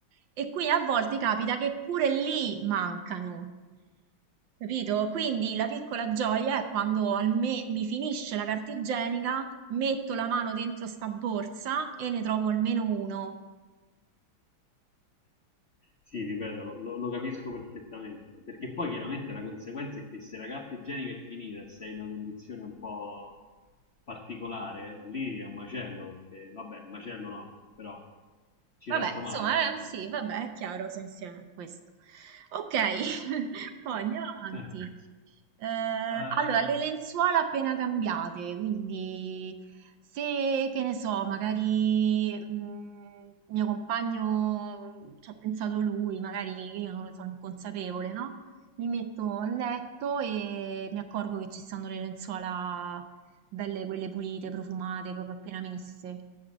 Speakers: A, on the right (about 70°); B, on the left (about 50°).
A: e qui a volte capita che pure lì mancano. Capito? Quindi la piccola gioia è quando al me- mi finisce la carta igienica, metto la mano dentro sta borsa e ne trovo almeno uno.
B: Sì, ripeto, lo, lo- lo capisco perfettamente. Perché poi chiaramente la conseguenza è che se la carta igienica è finita e sei in una condizione un po' particolare, lì è un macello, perché vabbè, macello no, però ci
A: Vabbè,
B: resto
A: insomma,
B: male.
A: eh,
B: Eh.
A: sì, vabbè, è chiaro se insieme questo. Ok, <laughs> poi andiamo
B: <laughs>
A: avanti. Eh,
B: Ehm,
A: allora, le lenzuola appena cambiate, quindi se, che ne so, magari mm, mio compagno mm, ci ha pensato lui, magari che io non ne sono inconsapevole, no? Mi metto a letto e mi accorgo che ci stanno le lenzuola belle, quelle pulite, profumate, proprio appena messe.